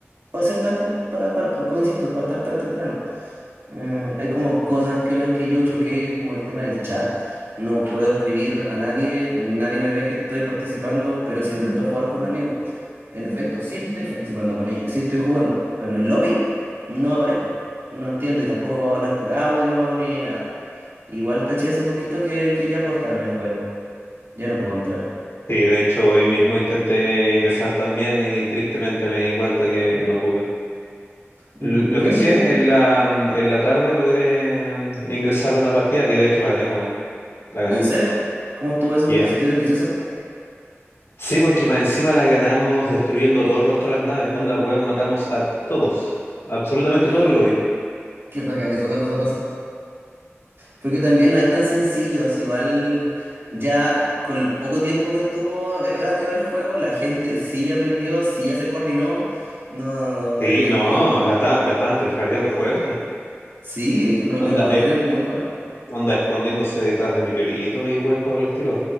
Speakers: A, on the right (about 60°); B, on the left (about 75°).
A: para ser tan, com- para, para, para- como insisto, para estar tan temprano. Eh, hay como cosas que las que yo choqué, que es como el tema del chat. No puedo escribir a nadie, nadie me ve que estoy participando, pero si me meto a jugar con amigos, en efecto, sí estoy participando con ellos, sí estoy jugando, pero en el lobby no aparezco, no entiendo y tampoco puedo hablar por audio ni nada. Igual caché hace poquito que, que ya cortaron el juego, ya no puedo entrar.
B: Sí, de hecho hoy mismo intenté ingresar también y tristemente me di cuenta que no pude. L-
A: Mm,
B: Lo
A: Yo
B: que
A: en
B: sí
A: general,
B: es, en la, mm, en la tarde logré mm, ingresar a una partida y de hecho la gané, weón. La gané.
A: ¿en serio? ¿Cómo estuvo eso?
B: Yeah.
A: ¿Se sintió delicioso?
B: Sí, porque más encima la ganamos destruyendo todo el resto de las naves. Onda, weón, matamos a todos. Absolutamente
A: Ay,
B: todos lo vi.
A: qué bacán eso cuando se pasa. Porque también no es tan sencillo, es igual ya con el poco tiempo que estuvo eh, arriba el juego, la gente sí ya aprendió, sí ya se coordinó. No,
B: Sí,
A: eh, eh,
B: no,
A: em,
B: la, esta- la estaban tryhardeando fuerte.
A: sí, lo,
B: Onda,
A: lo encontré
B: es-
A: muy bueno.
B: onda escondiéndose detrás de meteoritos y weas por el estilo.